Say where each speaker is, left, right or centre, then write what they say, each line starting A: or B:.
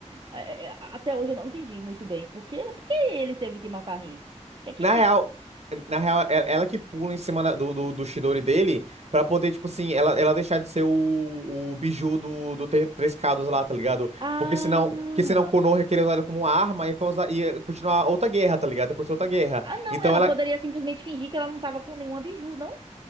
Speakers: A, on the right; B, on the right.
A: É, é, a- até hoje eu não entendi muito bem porque, porque ele teve que matar a Rin. Que, que,
B: Na
A: que...
B: real, na real, é- ela que pula em cima da- do, do, do Chidori dele pra poder, tipo assim, ela, ela deixar de ser o, o biju do, do Tre- Três Cados lá, tá ligado?
A: Ah!
B: Porque senão, porque senão o Konoha queria usar ela como arma e ia, causar, ia continuar outra guerra, tá ligado? Ia Acontecer outra guerra.
A: Ah, não,
B: Então
A: ela
B: ela.
A: poderia simplesmente fingir que ela não tava com nenhuma biju, não?